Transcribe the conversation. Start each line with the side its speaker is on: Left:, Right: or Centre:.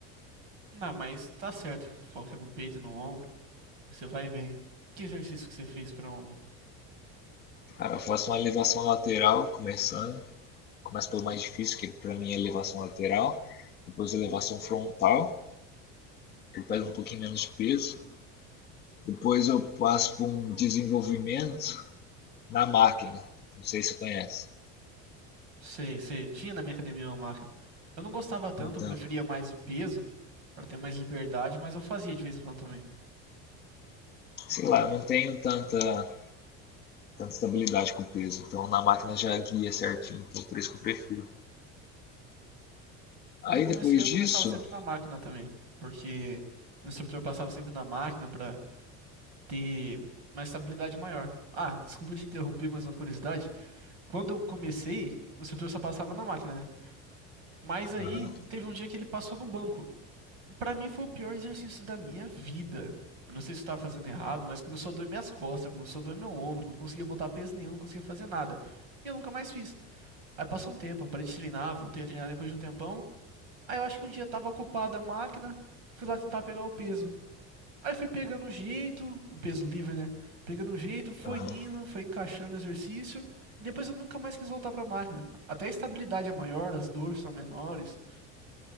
Right: Não, mas tá certo. Foca no peito e no ombro. que Você vai bem. Que exercício que você fez para ombro?
Left: Cara, eu faço uma elevação lateral, começando, começo pelo mais difícil, que para mim é elevação lateral, depois elevação frontal, que pega um pouquinho menos de peso, depois eu passo por um desenvolvimento na máquina, não sei se você conhece.
Right: Você, você tinha na minha academia uma máquina. Eu não gostava tanto,
Left: Então,
Right: eu preferia mais o peso, para ter mais liberdade, mas eu fazia de vez em quando também.
Left: sei lá, eu não tenho tanta, tanta estabilidade com o peso, então na máquina já guia certinho, então por isso que eu prefiro.
Right: Quando
Left: Aí
Right: eu comecei,
Left: depois
Right: eu
Left: disso,
Right: começava sempre na máquina também, porque o instrutor passava sempre na máquina pra ter uma estabilidade maior. Ah, desculpa te interromper, mas uma curiosidade. Quando eu comecei, o instrutor só passava na máquina, né? Mas aí
Left: aham,
Right: teve um dia que ele passou no banco. Pra mim foi o pior exercício da minha vida. Eu não sei se eu tava fazendo errado, mas começou a doer minhas costas, começou a doer meu ombro, não conseguia botar peso nenhum, não conseguia fazer nada. E eu nunca mais fiz. Aí passou um tempo, eu parei de treinar, voltei a treinar depois de um tempão. Aí eu acho que um dia tava ocupada a máquina, fui lá tentar pegar o peso. Aí fui pegando um jeito, o peso livre, né? Pegando um jeito, foi
Left: aham.
Right: indo, foi encaixando o exercício. e Depois eu nunca mais quis voltar pra máquina. Até a estabilidade é maior, as dores são menores.